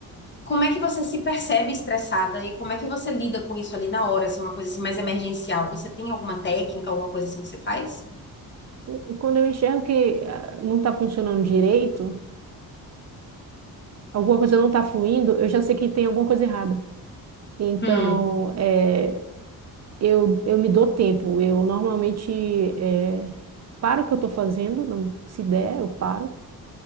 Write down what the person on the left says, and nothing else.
Como é que você se percebe estressada e como é que você lida com isso ali na hora, assim, uma coisa assim mais emergencial? Você tem alguma técnica, alguma coisa assim que você faz?
Hum,